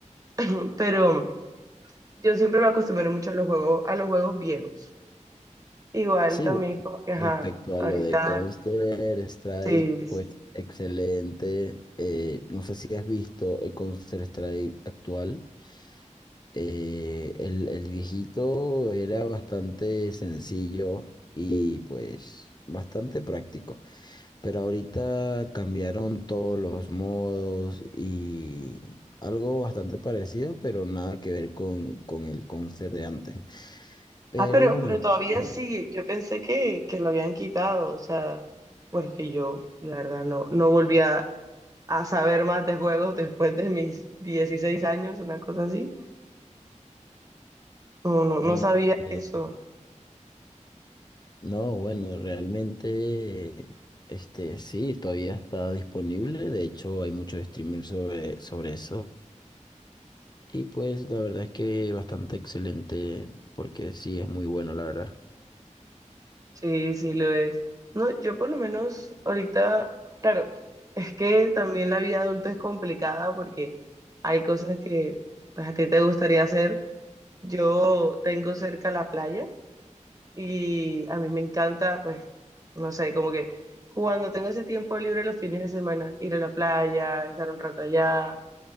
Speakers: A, on the right (about 30°); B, on the left (about 35°).
A: <clears throat> pero... Yo siempre me acostumbré mucho a los juegos, a los juegos viejos. Igual
B: Sí,
A: también
B: bueno,
A: es como que, ajá,
B: respecto a
A: ahorita,
B: lo de Counter Strike,
A: sí,
B: pues
A: sí.
B: excelente. Eh, no sé si has visto el Counter Strike actual. Eh, el, el viejito era bastante sencillo y pues bastante práctico. Pero ahorita cambiaron todos los modos y algo bastante parecido, pero nada que ver con, con el concert de antes. Pero
A: Ah, pero,
B: me...
A: pero todavía
B: Ah,
A: sí, yo pensé que, que lo habían quitado, o sea, bueno es que yo, la verdad, no, no volví a, a saber más de juegos después de mis 16 años, una cosa así. No, no, no
B: ah,
A: sabía
B: ok.
A: eso.
B: No, bueno, realmente, este, sí, todavía está disponible. De hecho, hay muchos streamers sobre, sobre eso. Y pues la verdad es que bastante excelente, porque sí, es muy bueno, la verdad.
A: Sí, sí lo es. No, yo por lo menos ahorita, claro, es que también la vida adulta es complicada porque hay cosas que pues, a ti te gustaría hacer. Yo tengo cerca la playa y a mí me encanta, pues, no sé, como que cuando tengo ese tiempo libre los fines de semana, ir a la playa, estar un rato allá,